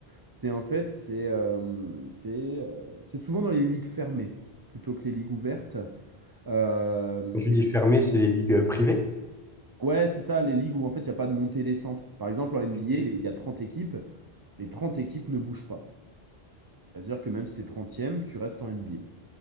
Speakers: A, on the right (about 30°); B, in the centre.
A: C'est en fait, c'est euh, c'est euh, c'est souvent dans les ligues fermées plutôt que les ligues ouvertes. Euh,
B: Quand tu dis fermé, c'est les ligues euh, privées.
A: Ouais, c'est ça, les ligues où en fait il n'y a pas de montée-descente. Par exemple, en NBA,
B: Hmm.
A: les- il y a 30 équipes, les 30 équipes ne bougent pas. C'est-à-dire que même si tu es 30 tu restes en NBA.